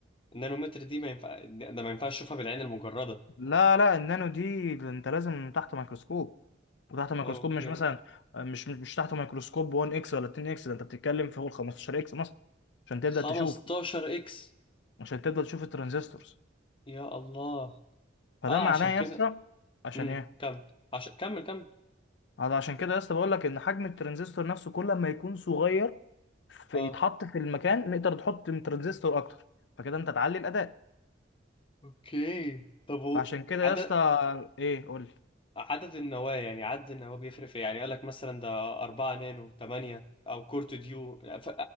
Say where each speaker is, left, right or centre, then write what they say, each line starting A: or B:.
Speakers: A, on the left (about 30°); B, on the left (about 65°).
A: النانومتر دي ما ينفع ده ما ينفعش اشوفها بالعين المجردة
B: لا لا النانو دي انت لازم تحت ميكروسكوب وتحت ميكروسكوب
A: اوكي
B: مش مثلا آه، مش مش تحت ميكروسكوب 1 اكس ولا 2 اكس ده انت بتتكلم في فوق 15 اكس مثلا عشان تبدأ
A: 15
B: تشوف
A: اكس
B: عشان تفضل تشوف الترانزستورز
A: يا الله
B: فده
A: اه
B: معناه
A: عشان
B: يا
A: كده
B: اسطى عشان
A: امم
B: ايه
A: كمل عشان كمل كمل
B: هذا عشان كده يا اسطى بقول لك ان حجم الترانزستور نفسه كل ما يكون صغير فيتحط
A: اه
B: في المكان نقدر تحط من ترانزستور اكتر فكده انت تعلي الاداء
A: اوكي طب و...
B: فعشان كده
A: عدد
B: يا اسطى ايه قول لي
A: عدد النواة يعني عدد النواة بيفرق في إيه؟ يعني قال لك مثلا ده 4 نانو 8 او كورت ديو ف...